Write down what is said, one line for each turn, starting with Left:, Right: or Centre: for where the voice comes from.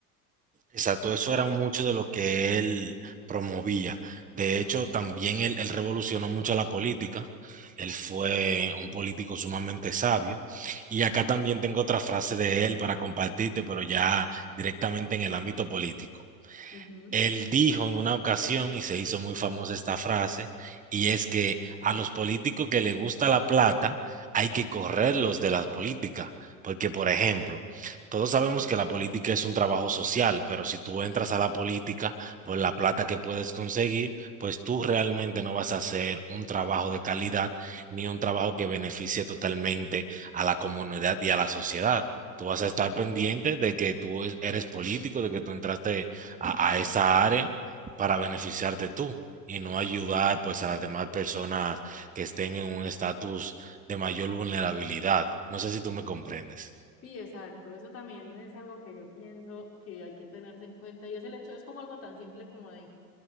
Right: Exacto, eso era mucho de lo que él promovía. De hecho, también él, él revolucionó mucho la política. Él fue un político sumamente sabio. Y acá también tengo otra frase de él para compartirte, pero ya directamente en el ámbito político.
Left: Ujú.
Right: Él dijo en una ocasión, y se hizo muy famosa esta frase, y es que a los políticos que les gusta la plata hay que correrlos de la política. Porque, por ejemplo, todos sabemos que la política es un trabajo social, pero si tú entras a la política por la plata que puedes conseguir, pues tú realmente no vas a hacer un trabajo de calidad ni un trabajo que beneficie totalmente a la comunidad y a la sociedad. Tú vas a estar pendiente de que tú es- eres político, de que tú entraste a, a esa área para beneficiarte tú y no ayudar pues a las demás personas que estén en un estatus de mayor vulnerabilidad. No sé si tú me comprendes.
Left: Sí, exacto. Eso también es algo que yo pienso que hay que tenerse en cuenta y es el hecho, es como algo tan simple como de